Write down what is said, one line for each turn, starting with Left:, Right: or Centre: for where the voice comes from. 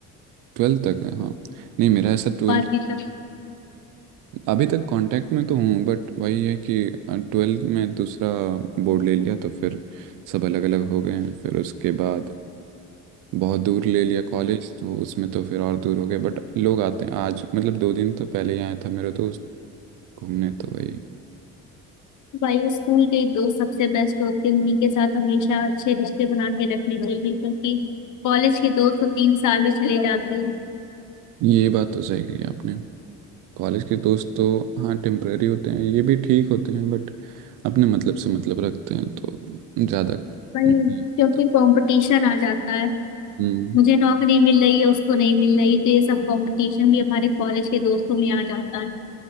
Right: ट्वेल्थ तक है हाँ नहीं मेरा ऐसा ट्वेल्थ
Left: बारहवीं तक
Right: अभी तक कांटेक्ट में तो हूँ बट वही है कि ट्वेल्थ में दूसरा बोर्ड ले लिया तो फिर सब अलग अलग हो गए हैं फिर उसके बाद बहुत दूर ले लिया कॉलेज तो उसमें तो फिर और दूर हो गए बट लोग आते हैं आज मतलब दो दिन तो पहले ही आया था मेरा दोस्त घूमने तो वही
Left: भाई स्कूल के ही दोस्त सबसे बेस्ट होते हैं उन्हीं के साथ हमेशा अच्छे रिश्ते बना के रखने चाहिए क्योंकि कॉलेज के दोस्त तो तीन साल में चले जाते हैं
Right: ये बात तो सही कही आपने कॉलेज के दोस्त तो हाँ टेम्परेरी होते हैं ये भी ठीक होते हैं बट अपने मतलब से मतलब रखते हैं तो ज़्यादा
Left: भाई
Right: नहीं होता।
Left: क्योंकि कंपटीशन आ जाता है
Right: हम्म
Left: मुझे नौकरी मिल रही है उसको नहीं मिल रही तो ये सब कंपटीशन भी हमारे कॉलेज के दोस्तों में आ जाता है